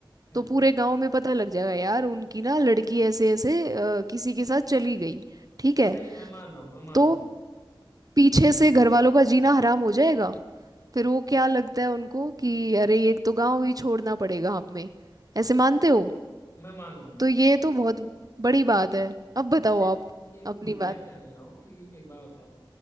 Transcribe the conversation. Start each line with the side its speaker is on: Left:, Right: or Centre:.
Left: हम्म
Right: तो पूरे गांव में पता लग जाएगा यार उनकी ना लड़की ऐसे ऐसे अ, किसी के साथ चली गई ठीक है
Left: सही है मैं मान रहा हूँ मैं मान
Right: तो
Left: रहा हूँ
Right: पीछे से घर वालों का जीना हराम हो जाएगा फिर वो क्या लगता है उनको कि अरे ये तो गांव ही छोड़ना पड़ेगा हमें ऐसे मानते हो
Left: मैं मान रहा हूँ
Right: तो ये तो बहुत बड़ी बात है अब बताओ
Left: अच्छा एक,
Right: आप
Left: एक
Right: अपनी
Left: मैं
Right: बात
Left: क्या कह रहा हूँ कि एक बात बताओ